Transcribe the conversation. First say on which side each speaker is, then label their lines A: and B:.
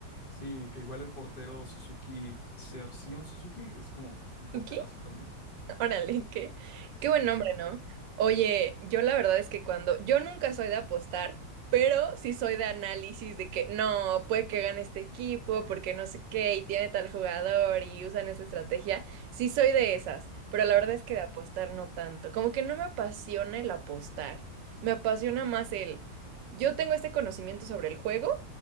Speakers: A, on the left (about 40°); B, on the right (about 80°).
A: Sí, que igual el portero Suzuki, Seo- Sion Suzuki, es como un porterazo
B: ¿Tú
A: también.
B: <laughs> Órale, qué,
A: Sí.
B: qué buen nombre, ¿no? Oye, yo la verdad es que cuando, yo nunca soy de apostar, pero sí soy de análisis de que no, puede que gane este equipo porque no sé qué y tiene tal jugador y usan esa estrategia. Sí soy de esas, pero la verdad
A: Ujú.
B: es que de apostar no tanto. Como que no me apasiona el apostar, me apasiona más el, yo tengo este conocimiento sobre el juego